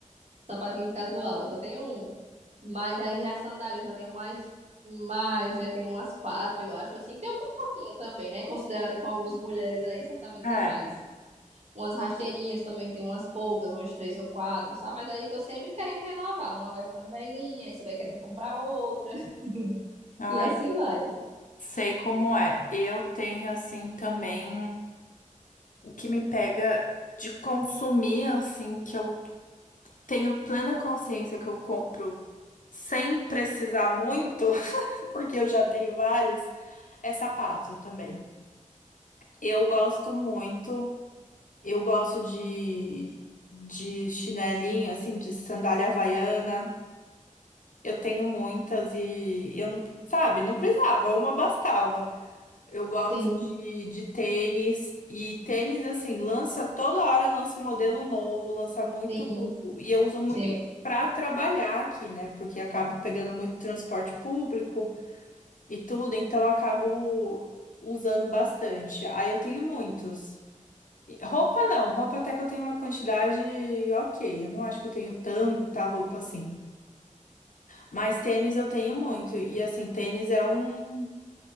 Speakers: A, on the right; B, on the left.
A: Sapatinho casual, eu só tenho um. Mas aí já é sandália, eu já tenho mais, mais, né? Tenho umas quatro, eu acho, assim. Tem um pouquinho também, né? Considerada com algumas mulheres aí, certamente
B: é.
A: tem mais. Umas rasteirinhas também, tem umas poucas, umas três ou quatro, sabe? Mas aí tô sempre querendo renovar. Uma vai ficando velhinha, aí você vai querendo comprar outra. <laughs>
B: Ai,
A: E assim vai.
B: sei como é. Eu tenho assim também o que me pega de consumir assim que eu tenho plena consciência que eu compro sem precisar muito, <laughs> porque eu já tenho vários, é sapato também. Eu gosto muito. Eu gosto de, de chinelinho, assim, de sandália havaiana. Eu tenho muitas e eu não, sabe, não precisava, uma bastava. Eu gosto
A: Sim,
B: de, de tênis e tênis, assim, lança toda hora, lança um modelo novo, lança muito.
A: sim,
B: E eu uso muito
A: sim.
B: para trabalhar aqui, né? Porque acabo pegando muito transporte público e tudo, então acabo usando bastante. Aí eu tenho muitos. Roupa não, roupa até que eu tenho uma quantidade ok. Eu não acho que eu tenho tanta roupa assim. Mas tênis eu tenho muito. E assim, tênis é um.